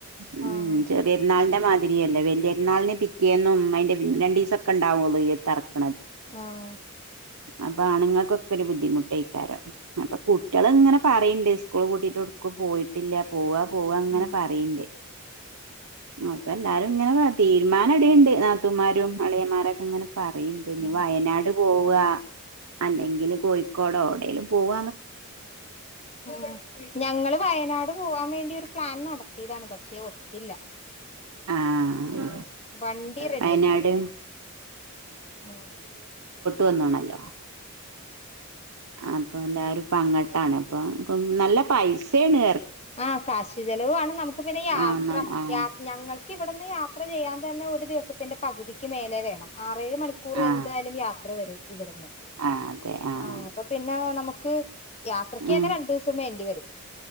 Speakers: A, on the right; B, on the left.
A: ഉം
B: ആഹ്
A: ചെറിയൊരുന്നാളിന്റെ മാ പിരിയേല്ലേ വലിയൊരുന്നാളിനെ പിറ്റേന്നും അതിന്റെ രണ്ടീസം ക്കെണ്ടാവോള് ഈ തറക്
B: ആഹ്
A: അപ്പ ആണുങ്ങൾക്കൊക്കെ ഒരു ബുദ്ധിമുട്ടായിക്കാരം അപ്പൊ കുട്ടികൾ ഇങ്ങനെ പറയുണ്ട് സ്കൂൾ കൂട്ടിട്ട്ടുക്ക് പോയിട്ടില്ല പോവാ പോവാ അങ്ങനെ
B: ഉം
A: പറയിണ്ട് അപ്പം എല്ലാരുംങ്ങനെ തീരുമാന ടിയ്ണ്ട് നാത്തൂംമാരും അളിയംമാരും <unintelligible> ഇങ്ങനെ പറയണ്ട് ഇനി
B: ഉം
A: വയനാട് പോവ അല്ലെങ്കിൽ കോഴിക്കോട് എവിടെേലും പോവ
B: ആ ഞങ്ങള് വയനാട് പോവാൻ വേണ്ടി പ്ലാൻ നടത്തിയതാണ് പക്ഷേ ഒത്തില്ല
A: ആഹ്
B: ഉം വണ്ടി റെഡി
A: വയനാട്
B: ആയില്ല ഉം
A: വന്നോണല്ലോ അപ്പൊ എല്ലാരും പങ്ങട്ടാണ് അപ്പ നല്ല പൈസയാണ്
B: ആ കാശ് ചെലവുണ് നമുക്ക് പിന്നെ യാത്ര
A: ആഹ് നല്ല ആഹ്
B: യാ ഞങ്ങൾക്ക് ഇവിടുന്ന് യാത്ര ചെയ്യാൻ തന്നെ ഒരു ദിവസത്തിന്റെ പകുതിക്ക് മേലെ വേണം ആറേഴ് മണിക്കൂർ
A: ആഹ്
B: എന്തായാലും യാത്ര വരും ഇവിടുന്ന്
A: ആഹ് അതെ ആഹ്
B: ആ അപ്പ പിന്നെ നമുക്ക് യാത്രക്ക്
A: ഉം
B: തന്നെ രണ്ടു ദിവസം വേണ്ടിവരും